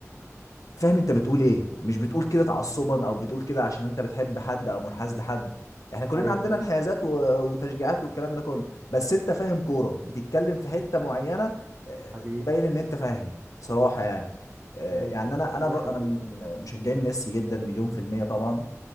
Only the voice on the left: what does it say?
فاهم انت بتقول ايه مش بتقول كده تعصبا او بتقول كده عشان انت بتحب حد او منحاز لحد احنا كلنا
عندنا انحيازات و- وتشجيعات والكلام ده كله بس انت فاهم كورة بتتكلم في حتة معينة اه،
تبين ان انت فاهم صراحة يعني اه،
يعني
انا انا
بر-
انا من مشجعين ميسي جدا مليون في المية طبعا